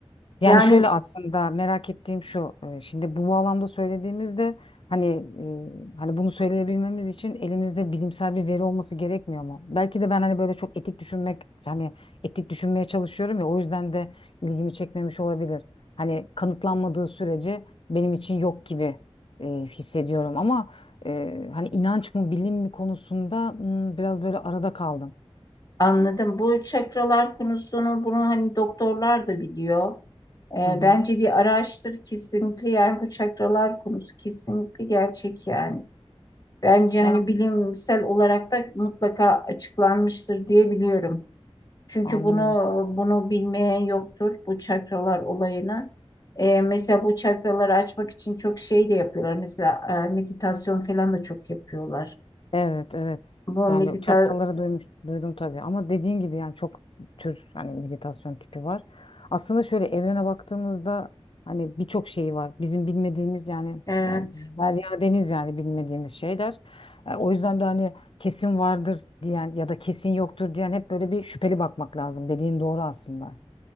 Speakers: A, on the left; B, on the left.
A: Yani
B: yani
A: şöyle aslında merak ettiğim şu. e, Şimdi bu bağlamda söylediğimizde hani e, hani bunu söyleyebilmemiz için elimizde bilimsel bir veri olması gerekmiyor mu? Belki de ben hani böyle çok etik düşünmek hani etik düşünmeye çalışıyorum ya o yüzden de ilgimi çekmemiş olabilir. Hani kanıtlanmadığı sürece benim için yok gibi e, hissediyorum ama e, hani inanç mı bilim mi konusunda hmm, biraz böyle arada kaldım.
B: anladım. Bu çakralar konusunu bunu hani doktorlar da biliyor. E,
A: Hı hı.
B: bence bir araştır kesinlikle yani bu çakralar konusu kesinlikle gerçek yani. Bence
A: Yani
B: hani
A: as-
B: bilimsel olarak da mutlaka açıklanmıştır diye biliyorum. Çünkü
A: anlıyorum.
B: bunu bunu bilmeyen yoktur bu çakralar olayını. Ee, mesela bu çakraları açmak için çok şey de yapıyorlar. Mesela e, meditasyon falan da çok yapıyorlar.
A: Evet, evet.
B: Bu
A: Yani
B: medita
A: çaktaları duymuş, duydum tabii. Ama dediğin gibi yani çok tür hani meditasyon tipi var. Aslında şöyle evrene baktığımızda hani birçok şeyi var. Bizim bilmediğimiz yani
B: evet
A: yani derya deniz yani bilmediğimiz şeyler. E, o yüzden de hani kesin vardır diyen ya da kesin yoktur diyen hep böyle bir şüpheli bakmak lazım. Dediğin doğru aslında.